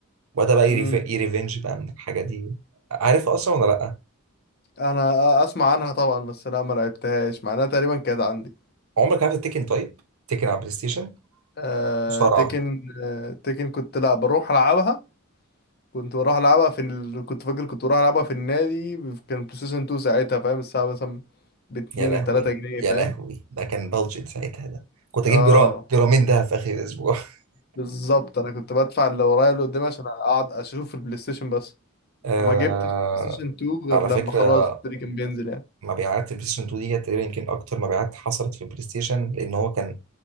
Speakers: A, on the right (about 85°); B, on the left (about 50°).
A: وبدأ بقى
B: امم
A: يريف- يريفنج بقى من الحاجة دي عارف اصلا ولا لأ
B: انا اسمع عنها طبعا بس لا ما لعبتهاش مع انها تقريبا كانت عندي
A: عمرك عارف التكن طيب تكن على بلاي ستيشن
B: آه
A: مصارعة
B: تيكن آه تيكن كنت لا بروح العبها كنت بروح العبها في ال... كنت فاكر كنت بروح العبها في النادي كان بلاي ستيشن 2 ساعتها فاهم الساعه مثلا ب 2
A: يا لهوي
B: 3 جنيه
A: يا
B: فاهم
A: لهوي ده كان بادجت ساعتها ده كنت اجيب
B: اه
A: جرام جرامين ده في اخر الاسبوع <laughs>
B: بالظبط انا كنت بدفع اللي ورايا اللي قدامي عشان اقعد اشوف البلاي ستيشن بس
A: آه...
B: وما جبتش سيشن 2 غير
A: على
B: لما
A: فكرة
B: خلاص التري كان بينزل يعني
A: مبيعات البلاي ستيشن 2 دي كانت تقريبا يمكن اكتر مبيعات حصلت في البلاي ستيشن لان هو كان